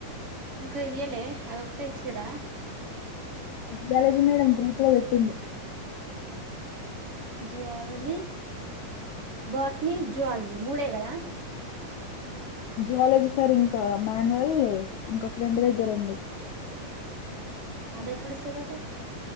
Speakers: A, on the right; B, on the left.
A: ఇంకా ఇయలే అది ఒకటే ఇచ్చారా?
B: జియాలజీ మేడం గ్రూప్ లో పెట్టింది.
A: జియాలజి బాట్ని, జువాలాజీ మూడే గదా
B: జువాలజీ సార్ ఇంకా మాన్యువల్ ఇంకా ఫ్రెండ్ దగ్గర ఉంది.
A: అది ఎప్పుడు ఇస్తాదటా